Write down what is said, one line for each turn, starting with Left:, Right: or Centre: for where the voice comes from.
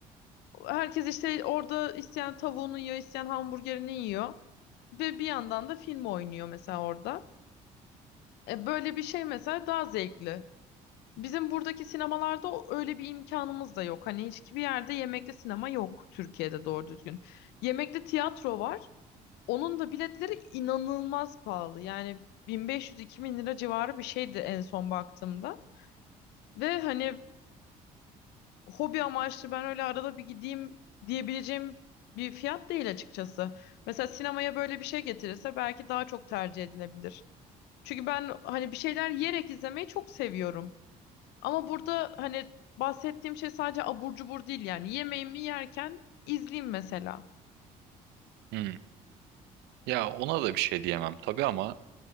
Left: Herkes işte orada isteyen tavuğunu yiyor, isteyen hamburgerini yiyor. Ve bir yandan da film oynuyor mesela orada. E, böyle bir şey mesela daha zevkli. Bizim buradaki sinemalarda o- öyle bir imkanımız da yok. Hani hiçbir yerde yemekli sinema yok Türkiye'de doğru düzgün. Yemekli tiyatro var. Onun da biletleri inanılmaz pahalı. Yani 1500-2000 lira civarı bir şeydi en son baktığımda. Ve hani hobi amaçlı ben öyle arada bir gideyim diyebileceğim bir fiyat değil açıkçası. Mesela sinemaya böyle bir şey getirirse belki daha çok tercih edilebilir. Çünkü ben hani bir şeyler yiyerek izlemeyi çok seviyorum. Ama burada hani bahsettiğim şey sadece abur cubur değil yani. Yemeğimi yerken izleyeyim mesela.
Right: Hı. Ya ona da bir şey diyemem tabii ama